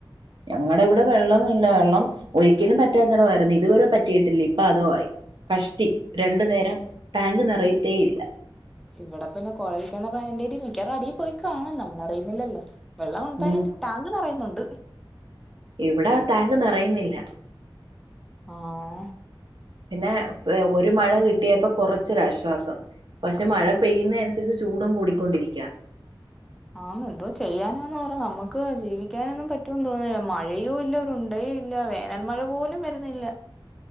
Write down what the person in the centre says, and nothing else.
ഇവിടെ പിന്നെ കൊഴൽക്കിണർ ആയതിന്റെ പേരിൽ മിക്കവാറും അടിയിൽ പോയി കാണണം നമ്മള് അറിയുന്നില്ലല്ലോ. വെള്ളം ഒണ്ടായാലും
ടാങ്ക് നെറയുന്നുണ്ട്.
ആഹ ഉം
ആന്ന് എന്തോ ചെയ്യാനാന്ന് പറ നമുക്ക് ജീവിക്കാനൊന്നും പറ്റുമെന്ന് തോന്നുന്നില്ല മഴ- മഴയും ഇല്ല ഒരു ഉണ്ടയും ഇല്ല വേനൽ മഴ പോലും വരുന്നില്ല.